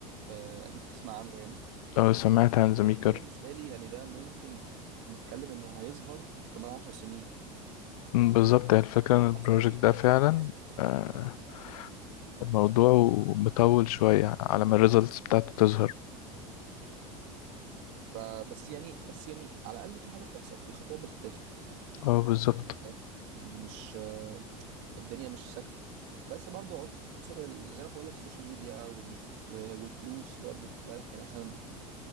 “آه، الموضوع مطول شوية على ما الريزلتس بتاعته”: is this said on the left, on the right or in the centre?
Left